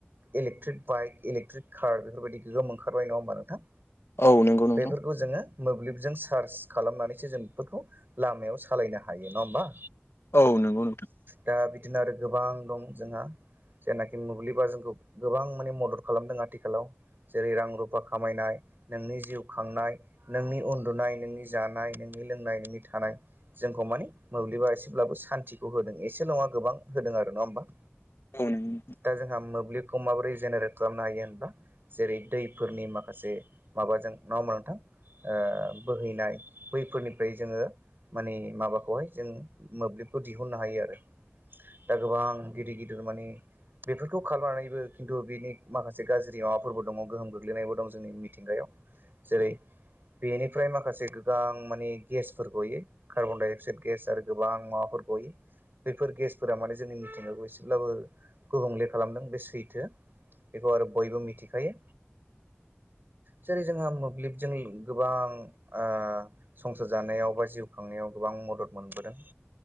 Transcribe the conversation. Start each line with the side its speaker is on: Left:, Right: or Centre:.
Right: electric bike electric car बेफोरबायदि गोगोम ओखारबाय नङा होमबा नोंथां।
Left: औ नंगौ नोंथां
Right: बेफोरखौ जोङो मोब्लिबजों सार्स खालामनानैसो जों बेफोरखौ लामायाव सालायनो हायो नङा होमबा।
Left: औ नंगौ नोंथां।
Right: दा बिदिनो आरो गोबां दं जोंहा। जायनाखि मोब्लिबा जोंखौ गोबां माने मदद खालामदों आथिखालाव। जेरै रां रुफा खामायनाय। नोंनि जिउ खांनाय नोंनि उन्दुनाय नोंनि जानाय नोंनि लोंनाय नोंनि थानाय जोंखौ मानि मोब्लिबा एसेब्लाबो सान्तिखौ होदों एसे नङा गोबां होदों आरो नङा होमबा।
Left: <unintelligible>
Right: दा जोंहा मोब्लिबखौ माबोरै जेनेरेट खालामनो हायो होनबा जेरै दैफोरनि माखासे माबाजों नङा होमबा नोंथां ओ बोहैनाय बैफोरनिफ्राय जोङो माने माबाखौहाय जों मोब्लिबखौ दिहुननो हायो आरो दा गोबां गिदिर गिदिर माने बेफोरखौ खालामनानैबो खिन्थु बिनि माखासे गाज्रि माबाफोरबो दङ गोहोम गोग्लैनायबो दं जोंनि मिथिंगायाव। जेरै बेनिफ्राय माखासे गोबां माने गेसफोर गयो कार्बन डाइ अक्साइद। गेस आरो गोबां माबाफोर गयो। बैफोर गेसफोरा माने जोंनि मिथिंगाखौ एसेब्लाबो गुबुंले खालामदों बे सैथो। बेखौ आरो बयबो मिथिखायो। जेरै जोंहा मोब्लिबजोनि गोबां ओ संसार जानायाव बा जिउ खांनायाव गोबां मदद मोनबोदों।